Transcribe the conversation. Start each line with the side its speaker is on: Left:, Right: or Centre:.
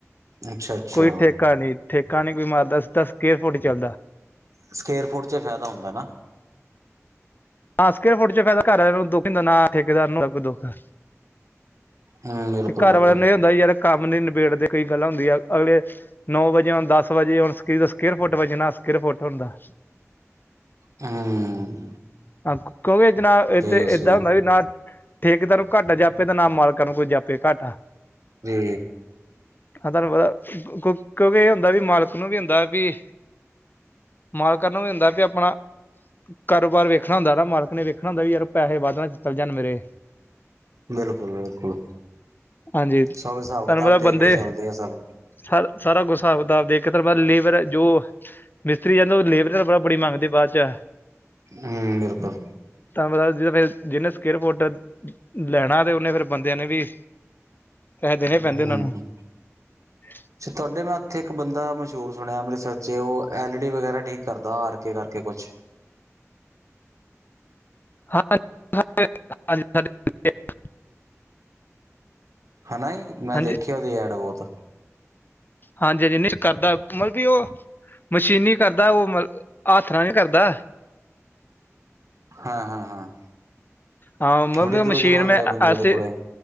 Right: ਅੱਛਾ ਅੱਛਾ
Left: ਕੋਈ ਠੇਕਾ ਨੀ, ਠੇਕਾ ਨਹੀਂ ਕੋਈ ਮਾਰਦਾ ਸਿੱਧਾ ਸਕੇਅਰ ਫੁੱਟ ਹੀ ਚੱਲਦਾ।
Right: ਸਕੇਅਰ ਫੁੱਟ, ਚ ਫਾਇਦਾ ਹੁੰਦਾ ਨਾ।
Left: ਹਾਂ, ਸਕਵੇਅਰ ਫੁੱਟ ਚ ਫਾਇਦਾ ਘਰ ਆਲੇ ਨੂੰ ਦੁੱਖ ਨੀ ਹੁੰਦਾ ਨਾ, ਠੇਕੇਦਾਰ ਨੂੰ ਨਾ ਕੋਈ ਦੁਖ ਏ।
Right: ਹੂੰ ਬਿਲਕੁਲ
Left: ਘਰ
Right: ਬਿਲਕੁਲ
Left: ਵਾਲਿਆਂ ਨੂੰ ਇਹ ਹੁੰਦਾ ਯਾਰ ਕੰਮ ਨੀ ਨਬੇੜਦੇ, ਕਈ ਗੱਲਾਂ ਹੁੰਦੀਆਂ ਅਗਲੇ ਨੌ ਵਜੇ ਹੋਣ ਦਸ ਵਜੇ ਹੋਣ ਸਕੇਅਰ ਦਾ ਸਕੇਅਰ ਫੁੱਟ ਵਜਨਾ ਸਕੇਅਰ ਫੁੱਟ ਹੁੰਦਾ।
Right: ਹਮ
Left: ਹਾਂ, ਕਿਉਂਕਿ ਜਨਾਬ ਇਥੇ ਇਦਾ-
Right: ਹੈ
Left: ਏਦਾਂ
Right: ਸਹੀ ਹੈ
Left: ਹੁੰਦਾ ਵੀ ਨਾ ਠੇਕੇਦਾਰ ਨੂੰ ਘਾਟਾ ਜਾਪੇ ਤਾਂ ਨਾ, ਮਾਲਕਾਂ ਨੂੰ ਕੋਈ ਜਾਪੇ ਘਾਟਾ।
Right: ਜੀ।
Left: ਹਾਂ ਤੁਹਾਨੂੰ ਪਤਾ ਕਿਉਂਕਿ, ਇਹ ਹੁੰਦਾ ਵੀ ਮਾਲਕ ਨੂੰ ਵੀ ਹੁੰਦਾ ਵੀ ਮਾਲਕਾ ਨੂੰ ਵੀ ਹੂੰਦਾ ਵੀ ਆਪਣਾ ਕਾਰੋਬਾਰ ਵੇਖਣਾ ਹੁੰਦਾ ਨਾ ਮਾਲਕ ਨੇ ਵੇਖਣਾ ਹੁੰਦਾ ਵੀ ਯਾਰ ਪੈਸੇ ਵੱਧ ਨਾ ਚਲ ਜਾਣ ਮੇਰੇ।
Right: ਬਿਲਕੁਲ ਬਿਲਕੁਲ।
Left: ਹਾਂਜੀ, ਤਹਨੂੰ
Right: ਸਭ ਹਿਸਾਬ ਕਿਤਾਬ
Left: ਪਤਾ
Right: ਦੇਖ
Left: ਬੰਦੇ
Right: ਕੇ ਚੱਲਦੇ ਆ ਸਭ
Left: ਸ ਸਾਰਾ ਕੁ ਹਿਸਾਬ ਕਿਤਾਬ ਆਪ ਦੇਖ ਕੇ ਲੇਬਰ ਏ ਜੋ ਮਿਸਤਰੀ, ਜਦ ਨੂੰ ਉਹ ਲੇਬਰ ਬੜੀ ਮੰਗਦੇ ਬਾਅਦ ਚ
Right: ਹੂੰ ਬਿਲਕੁਲ,
Left: ਤੁਹਾਨੂੰ ਪਤਾ ਜੇ ਫਿਰ ਜਿੰਹਨੇ ਸਕੇਅਰ ਫੁੱਟ ਲੈਣਾ, ਤੇ ਉਹਨੇ ਫੇਰ ਬੰਦਿਆਂ ਨੇ ਵੀ ਪੈਸੇ ਦੇਣੇ ਪੈਂਦੇ
Right: ਹੂੰ,
Left: ਉਹਨਾਂ ਨੂੰ <inaudible>
Right: ਤੁਹਾਡੇ ਮੈਂ, ਉੱਥੇ ਇੱਕ ਬੰਦਾ ਮਸ਼ਹੂਰ ਸੁਣਿਆ ਅੰਮ੍ਰਿਤਸਰ ਚ ਉਹ ਐਲ ਈ ਡੀ ਵਗੈਰਾ ਠੀਕ ਕਰਦਾ। ਆਰ ਕੇ ਕਰਕੇ ਕੁਛ।
Left: ਹਾਂ <unintelligible>
Right: ਹਨਾ ਈ, ਮੈਂ
Left: ਹਾਂਜੀ
Right: ਦੇਖਿਆ ਉਹਦੇ ਐਡ ਬਹੁਤ।
Left: ਹਾਂਜੀ ਹਾਂਜੀ, ਨਹੀ ਕਰਦਾ ਏ ਮਤਲਬ ਕੀ ਉਹ ਮਸ਼ੀਨੀ ਕਰਦਾ ਉਹ ਮਲ ਹੱਥ ਨਾਲ ਵੀ ਕਰਦਾ।
Right: ਹਾਂ, ਹਾਂ ਹਾਂ।
Left: ਹਾਂ, ਮ
Right: ਬੜੀ
Left: ਵੀ
Right: ਦੂਰੋਂ
Left: ਮਸ਼ੀਨ
Right: ਦੂਰੋਂ ਆਉਂਦੇ
Left: ਮੈਂ
Right: ਆ ਬੰਦੇ
Left: ਅਸੀ
Right: ਦੇ ਕੋਲੇ